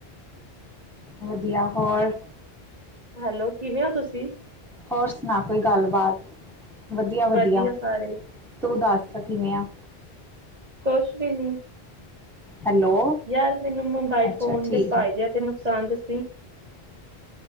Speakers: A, in the centre; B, on the right (about 40°).
A: ਵਧਿਆ, ਹੋਰ?
B: ਹੈਲੋ, ਕਿਵੇਂ ਹੋ ਤੁਸੀਂ?
A: ਹੋਰ ਸੁਣਾ ਕੋਈ ਗੱਲਬਾਤ? ਵਧੀਆ-ਵਧੀਆ,
B: ਵਧੀਆ ਸਾਰੇ,
A: ਤੂੰ ਦੱਸ ਕਿਵੇਂ ਆ?
B: ਕੁਛ ਵੀ ਨੀ
A: ਹੈਲੋ
B: ਯਾਰ ਮੈਨੂੰ ਮੋਬਾਇਲ
A: ਅੱਛਾ
B: ਫੋਨ
A: ਠੀਕ
B: ਦੇ ਫਾਇਦੇ
A: ਹੈ।
B: ਅਤੇ ਨੁਕਸਾਨ ਦੱਸੀ